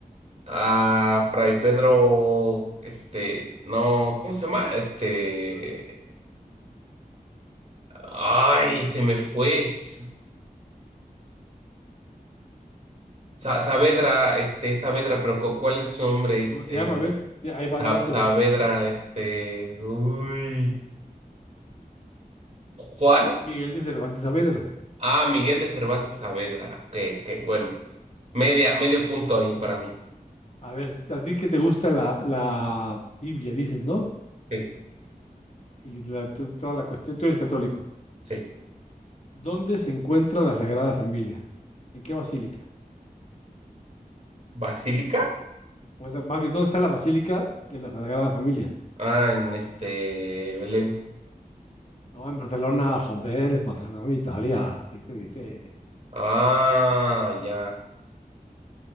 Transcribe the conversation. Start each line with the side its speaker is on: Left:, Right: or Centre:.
Right: a Fray Pedro, este, no, ¿cómo se llama? Este, ay, se me fue. S- Sa- Saavedra, este, Saavedra, pero cu- ¿cuál es su nombre? Este,
Left: ¿Cómo se llama? A ver, sí, ahí vas
Right: Sa-
Left: bien, pero
Right: Saavedra, este, uy, Juan.
Left: Miguel de Cervantes Saavedra.
Right: Ah, Miguel de Cervantes Saavedra. Ok, ok, bueno. Media, medio punto ahí para mí.
Left: A ver, a ti que te gusta la, la Biblia, dices, ¿no?
Right: Sí,
Left: Y la- to- toda la cuestión, tú eres católico.
Right: sí.
Left: ¿Dónde se encuentra la Sagrada Familia? ¿En qué basílica?
Right: ¿Basílica?
Left: O sea, más bien, ¿dónde está la Basílica de la Sagrada Familia?
Right: Ah, en este, Belén.
Left: No, en Barcelona, joder, en Barcelona, Italia, así te dice.
Right: Ah, ya.